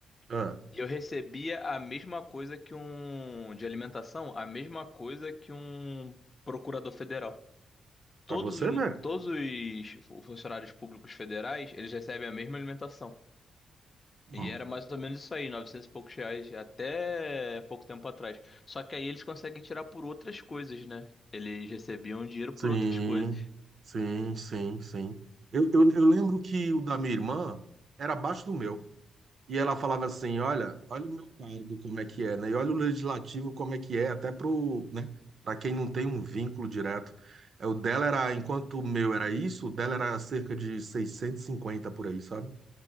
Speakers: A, on the right; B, on the left.
A: É,
B: E eu recebia a mesma coisa que um de alimentação, a mesma coisa que um procurador federal.
A: pra
B: Todos,
A: você
B: os-
A: ver.
B: todos os fu- funcionários públicos federais, eles recebem a mesma alimentação.
A: Pronto.
B: E era mais ou menos isso aí, 900 e poucos reais até pouco tempo atrás. Só que aí eles conseguem tirar por outras coisas, né? Eles recebiam dinheiro
A: Sim,
B: por outras coisas.
A: sim, sim, sim. Eu, eu, eu lembro que o da minha irmã era abaixo do meu. E ela falava assim: olha, olha o meu cargo como é que é, né? E olha o legislativo como é que é, até pro, né? Para quem não tem um vínculo direto. É, O dela era, enquanto o meu era isso, o dela era cerca de 650 por aí, sabe?